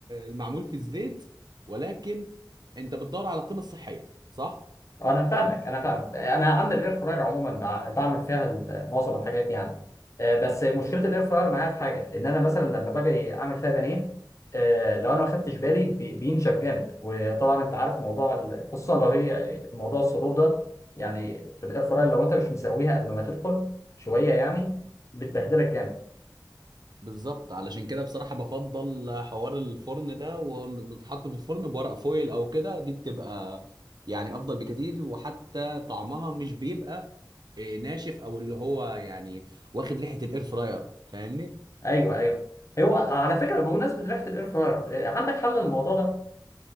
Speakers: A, on the right (about 65°); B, on the left (about 40°).
A: المعمول في الزيت ولكن انت بتدور على القيمه الصحيه صح
B: انا فاهمك انا فاهم انا عندي الاير فراير عموما بع- بعمل فيها ال- معظم الحاجات يعني آه، بس مشكله الاير فراير معايا في حاجه ان انا مثلا لما باجي اعمل فيها بانيه آه، لو انا ما خدتش بالي بي- بينشف جامد وطبعا انت عارف موضوع ال- خصوصا لو هي موضوع الصدور ده يعني في الاير فراير لو انت مش مسويها قبل ما تدخل شويه يعني بتبهدلك جامد
A: بالظبط علشان كده بصراحه بفضل حوار الفرن ده وتتحط في الفرن بورق فويل او كده دي بتبقى يعني افضل بكتير وحتى طعمها مش بيبقى إيه، ناشف او اللي هو يعني واخد ريحه الاير فراير فاهمني
B: ايوه ايوه هو على فكره بمناسبه ريحه الاير فراير آه، عندك حل للموضوع ده